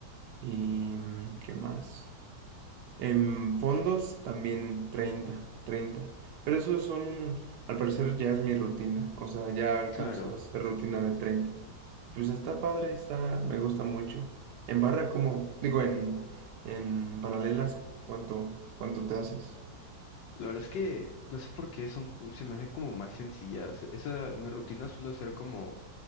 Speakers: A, on the right (about 70°); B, on the left (about 85°).
A: ¿Y mm, qué más? En fondos también treinta treinta Pero esos son, al parecer ya es mi rutina, o sea, ya alcanzo
B: Claro.
A: esa rutina de treinta Pues está padre, está, me gusta mucho. En barra, ¿cómo? Digo, en, en paralelas, ¿cuánto, cuánto te haces?
B: La verdad es que no sé por qué son, se me hacen como más sencillas. Esa, mi rutina suele ser como